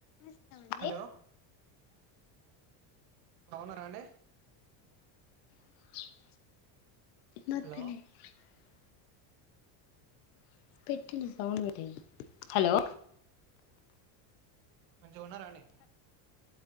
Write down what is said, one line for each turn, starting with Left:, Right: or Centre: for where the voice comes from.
Left: వస్తం అండి
Right: హలో బావున్నారా అండి
Left: <unintelligible>
Right: హలో
Left: <unintelligible> హలో
Right: మంచిగా ఉన్నారా అండి